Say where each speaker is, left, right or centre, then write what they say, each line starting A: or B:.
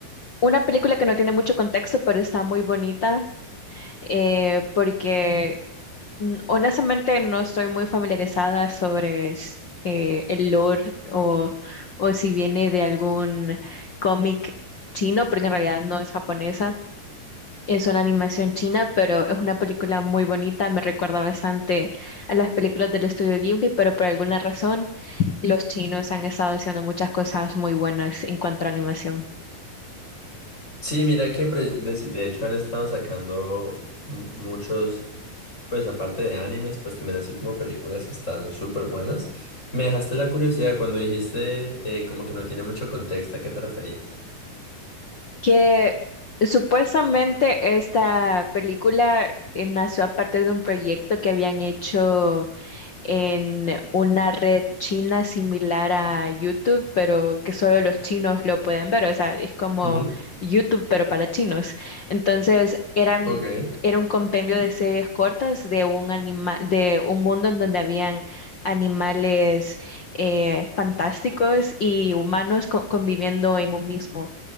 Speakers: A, on the left; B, on the left.
A: una película que no tiene mucho contexto, pero está muy bonita eh, porque Mm, Honestamente, no estoy muy familiarizada sobre s- eh, el lore o, o si viene de algún cómic chino, porque en realidad no es japonesa. Es una animación china, pero es una película muy bonita. Me recuerda bastante a las películas del estudio Ghibli, pero por alguna razón los chinos han estado haciendo muchas cosas muy buenas en cuanto a animación.
B: Sí, mira que pre- de, de hecho han estado sacando m- muchos, pues aparte de animes, pues también así como películas que están súper buenas. Me dejaste la curiosidad cuando dijiste eh, como que no tiene mucho contexto, ¿a qué te referías?
A: Que supuestamente esta película eh, nació a partir de un proyecto que habían hecho en una red china similar a YouTube, pero que solo los chinos lo pueden ver. O sea, es como
B: Ujú,
A: YouTube, pero para chinos. Entonces, eran,
B: Ok.
A: era un compendio de series cortas de un animal, de un mundo en donde habían animales eh, fantásticos y humanos co- conviviendo en un mismo